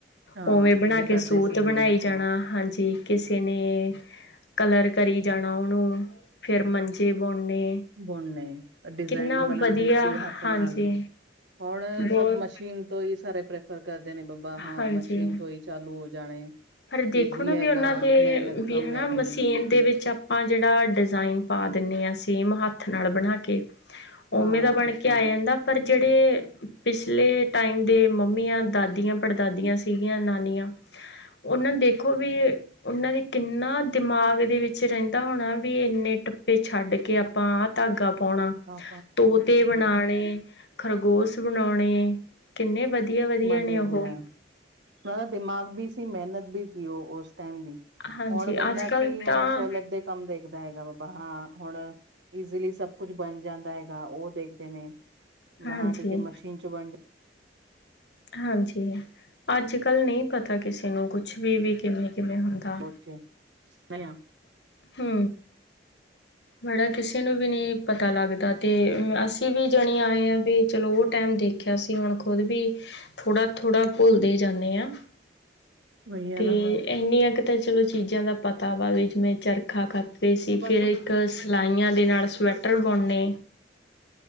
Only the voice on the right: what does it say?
ਹਾਂ
ਪਹਿਲੇ
ਕਰਦੇ
ਸੀ
ਬੰਦੇ
ਬੁਣਨੇ ਡਿਜ਼ਾਇਨ
ਬਣਾਉਂਦੇ
ਸੀ ਹੱਥ
ਨਾਲ। ਹਣ
ਸਭ ਮਸ਼ੀਨ ਤੋਂ ਹੀ ਸਾਰੇ ਪ੍ਰੈਫਰ ਕਰਦੇ ਨੇ ਬਾਬਾ ਹਾਂ
ਮਸ਼ੀਨ ਤੋਂ ਹੀ ਚਾਲੂ ਹੋ ਜਾਣੇ।
ਈਜ਼ੀ
ਹੈਗਾ
ਮਿਹਨਤ
ਕਮ
ਹੈਗੀ
ਹਾਂ
ਹਾਂ
ਵਧੀਆ-ਵਧੀਆ,
ਉਹ ਦਾ ਦਿਮਾਗ ਵੀ ਸੀ ਮਿਹਨਤ ਵੀ ਸੀ ਉਹ ਉਸ ਟਾਈਮ ਦੀ।
ਹੁਣ ਬੰਦਾ
ਕੀ ਹੁਣ
ਸਹੂਲਤ ਦੇ ਕੰਮ ਦੇਖਦਾ ਹੈਗਾ ਬਾਬਾ ਹਾਂ ਹੁਣ ਈਜ਼ੀਲੀ ਸਭ ਕੁਛ ਬਣ ਜਾਂਦਾ ਹੈਗਾ ਉਹ ਦੇਖਦੇ ਨੇ,
ਵਾਂ ਟੀਕੇ ਮਸ਼ੀਨ ਚੋਂ ਬਣ ਜਾਂ
ਅੱਛਾ
ਵਹੀ ਹੈ
ਨਾ
ਬਸ